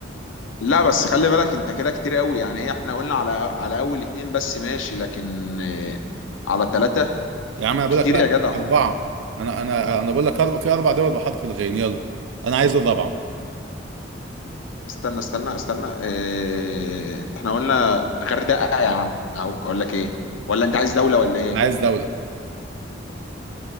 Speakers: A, on the left (about 80°); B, on the right (about 75°).
A: لا بس خلي بالك انت كده كتير قوي يعني هي احنا قلنا على على اول اتنين بس ماشي لكن إيه على ثلاثة
B: يا عم انا بقول
A: كتير
B: لك لا
A: يا جدع
B: أربعة انا انا انا بقول لك أربع في أربع دول بحرف الغين يلا انا عايز الرابعة
A: استنى استنى استنى إيه احنا قلنا غردقة يا عم اهو اقول لك ايه ولا انت عايز دولة ولا ايه
B: انا عايز دولة